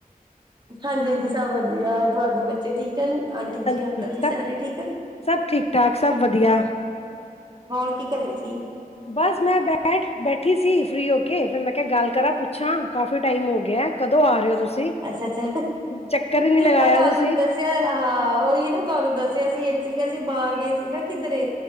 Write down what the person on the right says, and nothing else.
ਹਾਂਜੀ ਦੀ ਸਭ ਵਧੀਆ ਤੁਹਾਡੇ ਬੱਚੇ ਠੀਕ ਹਨ। ਆਂਟਿਕ
ਜੀ ਅੰਕਲ ਜੀ ਸਾਰੇ ਠੀਕ ਹਨ।
ਹੋਰ ਕੀ ਕਰ ਰਹੇ ਸੀ।
ਅੱਛਾ -ਅੱਛਾ
ਉਹ ਤੁਹਾਨੂੰ
ਦੱਸਿਆ ਹਾਂ ਉਹੀ ਨਾ ਤੁਹਾਨੂੰ ਦੱਸਿਆ ਸੀ। ਇਸ ਲਈ ਅਸੀਂ ਬਾਹਰ ਗਏ ਸੀ ਨਾ ਕਿਧਰੇ